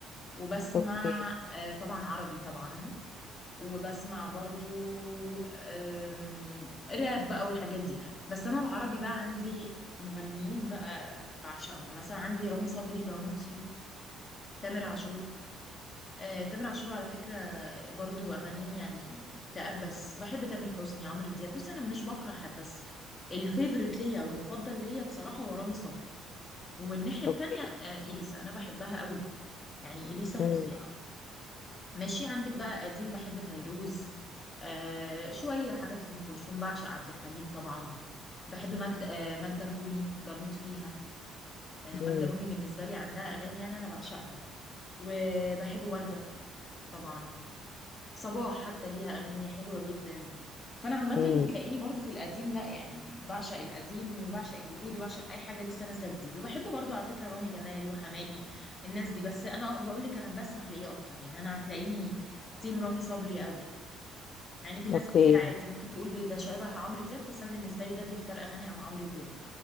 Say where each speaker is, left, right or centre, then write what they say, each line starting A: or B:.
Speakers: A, on the left; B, on the left.
A: وبسمع
B: اوكي
A: آه، طبعا عربي طبعا وبسمع برضو آم، راب بقى والحاجات دي بس انا العربي بقى عندي مغنيين بقى بعشقهم مثلا عندي رامي صبري بموت فيه تامر عاشور آه، تامر عاشور على فكرة برضو أغانيه يعني اكتئاب بس بحب تامر حسني عمرو دياب بص أنا مش بكره حد بس الفيفوريت ليا والمفضل ليا بصراحة هو رامي صبري والناحية التانية
B: اوكي
A: آه، إليسا أنا بحبها قوي يعني إليسا فظيعة
B: امم
A: ماشي عندك بقى قديم بحب فيروز آه شوية حاجات لأم كلثوم بعشق عبد الحليم طبعا بحب مجد آه ماجدة الرومي بموت فيها آه ماجدة
B: امم
A: الرومي بالنسبة لي عندها أغاني يعني أنا بعشقها وبحب وردة طبعا صباح حتى ليها اغاني حلوه جدا فانا عامه
B: أمم.
A: تلاقيني برضو في القديم لا يعني بعشق القديم وبعشق الجديد وبعشق اي حاجه لسه نازله جديد وبحب برضو على فكره رامي جمال وحماقي الناس دي بس انا بقول لك انا بسمع لايه اكتر يعني انا هتلاقيني تيم رامي صبري قوي مع ان في ناس
B: اوكي
A: كتير عادي ممكن تقول ب- ده شبه عمرو دياب بس انا بالنسبه لي ده بيختار اغاني عن عمرو دياب